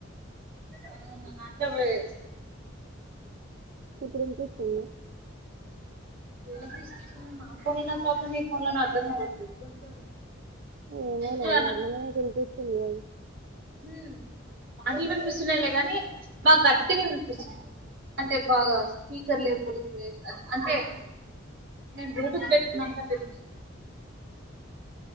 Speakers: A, on the right; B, on the right.
A: అవును నాకూడా లేదు
B: ఇప్పుడు ఇనిపిస్తుంద
A: వినిపిస్తున్ నా ఫోన్లో ప్రాబ్లెమ్ నీ ఫోన్లో అర్ధం అవ్వట్లేదు కొంచెం
B: ఏమోలే
A: జీ
B: నార్మలనే వినిపిస్తుందిగా
A: హుమ్మ్ మాటలు వినిపిస్తున్నాయిలే గాని బాగా గట్టిని వినిపిస్తున్నాయి అంటే బాగా స్పీకర్ లేపలి అంటే నేన్ బ్లూటూత్ పెట్టుకున్నందుకు అట్ల వినిపిస్తుంది